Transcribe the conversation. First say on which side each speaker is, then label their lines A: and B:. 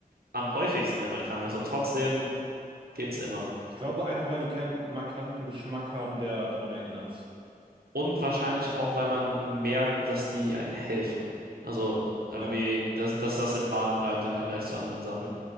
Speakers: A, on the right (about 80°); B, on the right (about 30°).
A: am häufigsten, wenn man krank ist und trotzdem geht's immer.
B: Ich glaube einfach, weil die keinen markanten Geschmack haben, der daran erinnert.
A: Und wahrscheinlich auch, weil man merkt, dass die einen helfen. Also irgendwie,
B: Ja.
A: dass, dass das im Magen bleibt im Vergleich zu anderen Sachen.